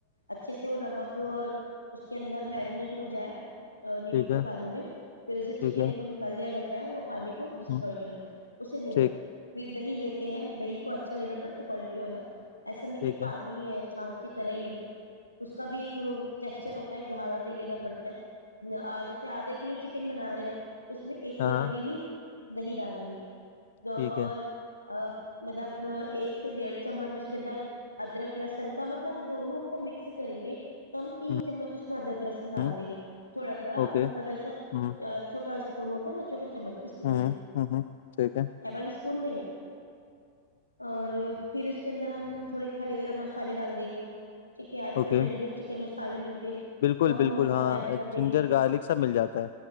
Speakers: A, on the left; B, on the left.
A: اچھے سے وہ نمک اور اس کے اندر مرینیٹ ہو جائے نیمبو
B: ٹھیک
A: کے
B: ہے
A: پانی میں پھر اسے
B: ٹھیک
A: چکن
B: ہے
A: کو نکال دیا جاتا س پانی کو ڈسٹروائے
B: ہ
A: کر پڑتا اسے نہیں رکھتے
B: ٹھیک
A: پھر دہی لیتے ہیں ہم دہی کو اچھا لینا پڑتا ہے کوالٹی والا ایسا نہیں
B: ٹھیک
A: کہ پانی
B: ہے
A: ہے چھاچھ کی طرح ہی لینا اس کا بھی ایک ٹیکسچر ہوتا ہے گاڑا دے لینا پڑتا ہے جیسے آدھا کلو چکن بنا رہے ہیں ہم اس میں ایک
B: ہاں
A: کٹوری
B: ہاں
A: ہی دہ ڈالیں گے ج اور
B: ٹھیک ہے
A: مطلب ایک سے ڈیڑھ چمچ اس کے اندر ادرک لسن کا مطلب دونوں کو مکس کریں گے تو ہم تین
B: ہوں
A: چمچ اس میں ادرک ل ڈال
B: ہوں،
A: دیں گے تھوڑا تھوڑا
B: اوکے
A: مطلب ایسا
B: ہ
A: چھوٹا ان ہو تھا ن چو چم اس کے ذریعے
B: ہ ہ ٹھیک ہے
A: پ اور پھر اس کے اندر ہم تھوڑے کھڑے گرم مسالے ڈال دیں گے ٹیک ہے آج
B: اوکے
A: ک ریڈ چکن مس فعلی مل دب
B: بالکل
A: تو ہم
B: بالکل
A: وہ مسالہ
B: ہاں
A: ایڈ کر دیں
B: جنجر
A: گے
B: گارلک سب مل جاتا ہے